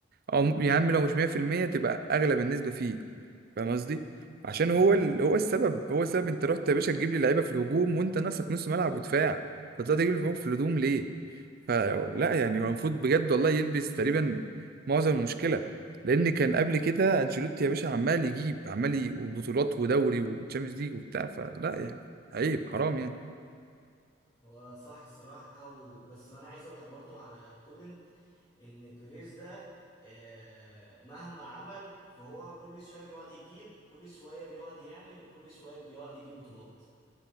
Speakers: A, on the right; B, on the left.
A: او يا عم لو مش 100% تبقى اغلب النسبه فيه فاهم قصدي
B: امم
A: عشان هو
B: بس
A: ال... هو السبب هو السبب انت رحت يا باشا تجيب لي لعيبه في الهجوم وانت ناقصك نص ملعب ودفاع فطلعت تجيب لي
B: امم
A: في الهجوم ليه فلا يعني هو المفروض بجد والله يلبس تقريبا معظم المشكله لان
B: المفروض
A: كان قبل كده انشيلوتي يا باشا عمال يجيب عمال ي... وبطولات ودوري وتشامبيونز ليج وبتاع فلا يعني عيب حرام
B: صح
A: يعني
B: هو صح الصراحه وبس انا عايز اقول لك برضو على كولن ان بيريز ده آه، مهما عمل فهو كل شويه بيقعد يجيب كل شويه بيقعد يعمل وكل شويه بيقعد يجيب بطولات